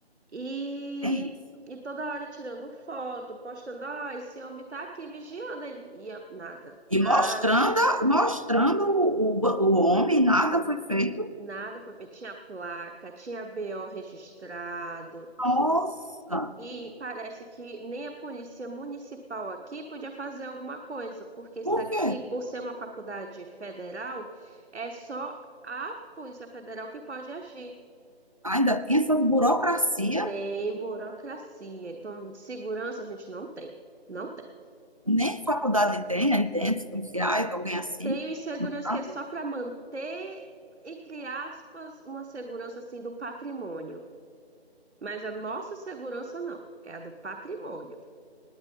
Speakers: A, on the right (about 85°); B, on the right (about 35°).
A: E,
B: é isso.
A: e toda hora tirando foto, postando, ó, esse homem tá aqui vigiando. E, e nada,
B: E
A: nada,
B: mostrando, mostrando o, o, o homem, nada foi feito.
A: nada foi feito. Tinha placa, tinha BO registrado,
B: Nossa,
A: tudo. E parece que nem a polícia municipal aqui podia fazer alguma coisa, porque isso
B: por
A: daqui,
B: quê?
A: por ser uma faculdade federal, é só a Polícia Federal que pode agir.
B: Ainda tem essas burocracia,
A: Tem burocracia. Então, de segurança a gente não tem. Não tem.
B: nem faculdade tem, aí dentro, policiais, alguém assim,
A: Tem o insegurança
B: no campo.
A: que é só para manter, entre aspas, uma segurança assim do patrimônio. Mas a nossa segurança não, é a do patrimônio,